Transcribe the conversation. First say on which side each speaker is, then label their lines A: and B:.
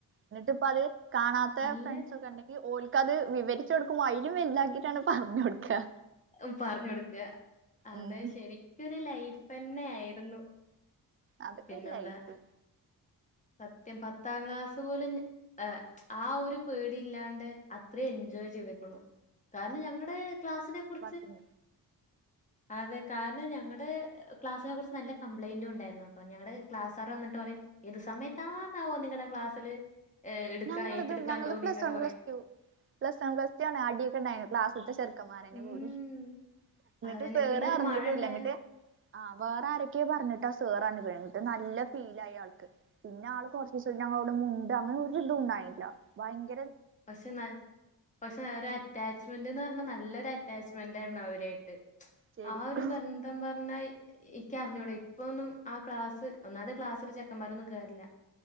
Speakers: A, on the right; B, on the left.
A: എന്നിട്ടിപ്പ അത് കാണാത്ത
B: നല്ല
A: ഫ്രണ്ട്സ ഒക്കെ ഉണ്ടെങ്കിൽഓല്ക്ക്അത് വിവരിച്ചു കൊടുക്കുമ്പോൾ, അതിലും വലതാക്കിയിട്ടാണ് പറഞ്ഞ് കെടുക്ക കൊടുക്കുക.
B: ഉം. പറഞ്ഞു കൊടുക്ക. അതെ
A: ഉം
B: ശരിക്കൊരു ലൈഫ് തന്നെ ആയിരുന്നു.
A: അതൊക്കെരു
B: പിന്നെന്താ
A: ലൈഫ്.
B: സത്യം പത്താം ക്ലാസ് പോലും ആ. ഒരു പേടി ഇല്ലാണ്ട് അത്രയും എൻജോയ് ചെയ്തേക്ക്ണ്. കാരണം, ഞങ്ങളുടെ ക്ലാസിനെ കുറി
A: ഉ
B: അതെകാരണംഞങ്ങളുടെക്ലാസിനെ കുറിച്ച് നല്ല കംപ്ലയിന്റും ഉണ്ടായിരുട്ടോ. ഞങ്ങളടെ ക്ലാസ്റ എന്നിട്ട് പറയും ത് സമയത്താന്നാവോ നിങ്ങളുടെ ക്ലാസ്സില് എടുക്കാ
A: ഞങ്ങളത്
B: ഏറ്റെടുക്കാൻ
A: ഞങ്ങളത്
B: തോന്നി
A: പ്ലസ്
B: എന്നൊക്കെ
A: വൺ
B: പറയും.
A: പ്ലസ് ടു പ്ലസ് വൺ പ്ലസ്റ്റു അടിയെക്കെണ്ടായി, ക്ലാസിലെ ചെറുക്കൻമാര്
B: ഉം.
A: കൂടി. എന്നിട്ട്
B: അതന്നെ.
A: സേറെ
B: പിന്നെ ഒരു
A: അറിഞ്ഞിട്ടുംല്ല.
B: മഴ ഇണ്ടായ
A: എന്നങ്ങിട്ട് വേറെ ആരൊക്കെ പറഞ്ഞിട്ടാ സേറ് നിട്ട് നല്ല ഫീല ആയി ആൾക്ക്. പിന്നെ ആൾ കുറച്ചസം മുണ്ട അങ്ങ <unintelligible> ഉണ്ടായില്ല ഭയങ്ക
B: പക്ഷെ പക്ഷെ. ഒരു അറ്റാച്ച്മെന്റ്ന്ന് പറഞ്ഞാ നല്ല അറ്റാച്ച്മെന്റ് ആയിരുന്നു അവരായിട്ട്.
A: ശരിക്കും
B: ആ ഒരു ബന്ധം പറഞ്ഞാ ഇക്ക അറിഞ്ഞൂട. ഇപ്പൊന്നും ആ ക്ലാസ് ഒന്നാമത്തെ ക്ലാസ്സില് ചെക്കന്മാരൊന്നും കേറില്ല.